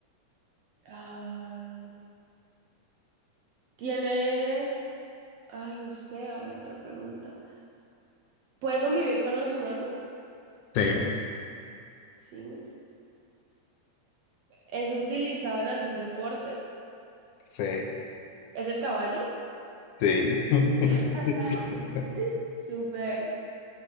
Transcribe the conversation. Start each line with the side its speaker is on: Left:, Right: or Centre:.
Right: ah, tiene. Ay, no sé, a ver, otra pregunta. ¿Puede convivir con los humanos?
Left: Sí,
Right: Sí. ¿Es utilizado en algún deporte?
Left: sí,
Right: ¿Es el caballo?
Left: sí. <laughs>
Right: <laughs> Ah. Súper.